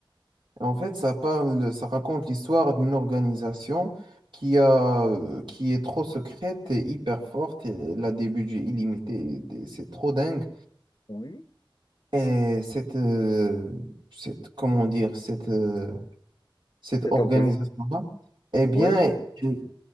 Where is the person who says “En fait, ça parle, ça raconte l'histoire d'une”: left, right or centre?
Right